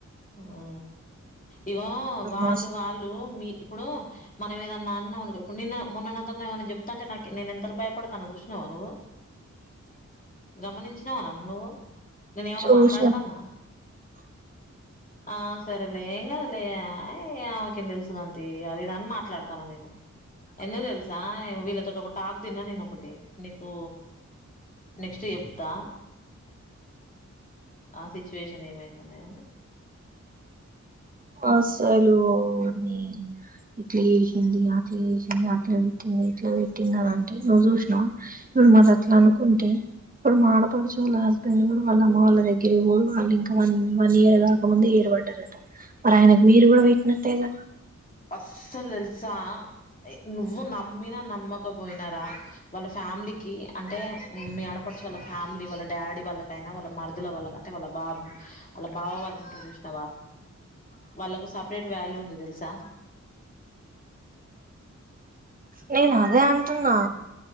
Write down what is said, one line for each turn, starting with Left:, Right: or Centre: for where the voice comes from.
Left: ఆ ఇగో వాళ్ళు
Right: మస్త్
Left: వాళ్ళు మీ ఇప్పుడు మనం ఏదన్నా అన్నవనుకో ఇప్పుడు నిన్న మొన్న నాతోని ఏమన్నా జెప్తంటే నాకు నేను ఎంతలా భయపడతానో జూసినవా నువ్వు
Right: <inaudible>
Left: గమనించినవా నన్ను నువ్వు నేను ఏమన్నా
Right: చూసిన
Left: మాట్లాడుతన్నా
Right: <inaudible>
Left: ఆ సరేలే ఏం గాదులే అయి ఆమెకేం దెలుసు గాని తీ అది ఇది అని మాట్లాడతున్న నేను
Right: <inaudible>
Left: ఎందుకు దెల్సా వీళ్ళ తోటి ఒక టాక్ తిన్న నేను ఒకటి నీకు నెక్స్ట్ జెప్తా ఆ సిచ్యువేషన్ ఏమైందనేది
Right: అసలు నీ ఇట్లా జేసింది అట్లా జేసింది అట్లా తిట్టింది ఇట్లా తిట్టింది అని అంటే నువ్వు జూసినవా ఇప్పుడు మరి అట్లా అనుకుంటే ఇప్పుడు మా ఆడపడుచు వాళ్ళ హస్బెండ్ గూడా వాళ్ళ అమ్మ వాళ్ళ దగ్గర వోడు వాళ్ళ ఇంకా వన్ వన్ ఇయర్ గాక ముందే బడ్డరట మరి ఆయనకు మీరు గూడా పెట్టినట్టెగా
Left: అసల్ దెల్సా నువ్వు నమ్మినా నమ్మకపోయినరా వాళ్ళ ఫ్యామిలీకి అంటే మీ ఆడ్ డపడుచు వాళ్ళ ఫ్యామిలీ వాళ్ళ డాడీ వాళ్ళకైనా వాళ్ళ మరుదులు వాళ్ళ అంటే వాళ్ళ బాబు వాళ్ళ బావ వాళ్ళు ఉంటరు జూసినావా వాళ్ళకు సర్పెట్ వాల్యూ ఉంది దెలుసా
Right: నేన్ అదే అంటున్నా